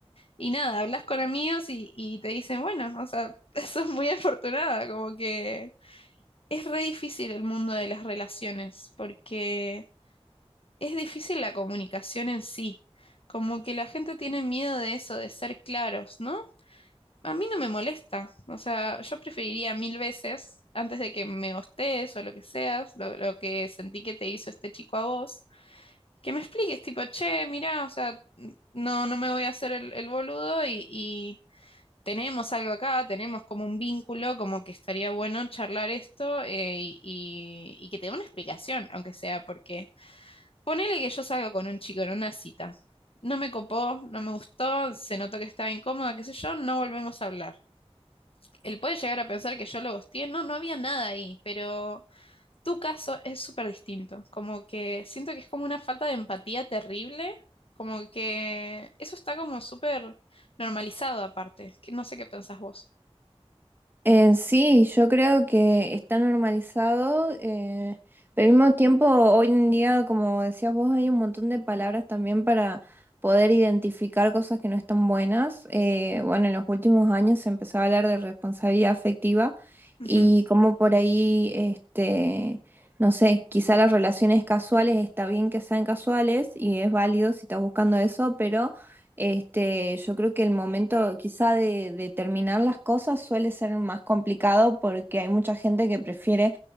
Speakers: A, on the left; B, on the right.
A: y nada, hablas con amigos y, y te dicen, bueno, o sea, <laughs> sos muy afortunada, como que es re difícil el mundo de las relaciones, porque es difícil la comunicación en sí. Como que la gente tiene miedo de eso, de ser claros, ¿no? A mí no me molesta. O sea, yo preferiría mil veces, antes de que me gostes o lo que seas, lo, lo que sentí que te hizo este chico a vos, que me expliques, tipo, che, mirá, o sea, n- no, no me voy a hacer el, el boludo y, y tenemos algo acá, tenemos como un vínculo, como que estaría bueno charlar esto eh, y, y y que te dé una explicación, aunque sea porque Ponele que yo salgo con un chico en una cita. No me copó, no me gustó, se notó que estaba incómoda, qué sé yo, no volvemos a hablar. Él puede llegar a pensar que yo lo ghosteé, no, no había nada ahí, pero tu caso es súper distinto. Como que siento que es como una falta de empatía terrible, como que eso está como súper normalizado aparte, que no sé qué pensás vos.
B: Eh, sí, yo creo que está normalizado, eh, pero al mismo tiempo, hoy en día, como decías vos, hay un montón de palabras también para poder identificar cosas que no están buenas. Eh, bueno, en los últimos años se empezó a hablar de responsabilidad afectiva
A: Ujú.
B: y como por ahí, este, no sé, quizá las relaciones casuales está bien que sean casuales y es válido si estás buscando eso, pero este, yo creo que el momento quizá de, de terminar las cosas suele ser más complicado porque hay mucha gente que prefiere